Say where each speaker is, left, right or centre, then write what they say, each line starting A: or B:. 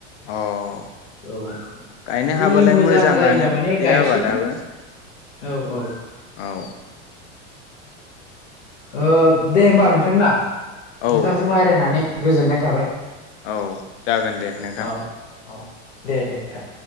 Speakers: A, on the left; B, on the left.
A: अ अ
B: औ
A: गायनो
B: जुदि
A: हाबालाय
B: मोजां
A: मोजाङानो
B: जायोबा माने
A: बे
B: गायसै
A: आबादाबो।
B: औ औ।
A: औ।
B: ओ दे होमबा नोंथां ना?
A: औ
B: नोंथांजों
A: औ
B: रायलायनानै गोजोननाय थाबाय।
A: औ। जागोन दे नोंथां
B: औ औ दे दे नोंथां।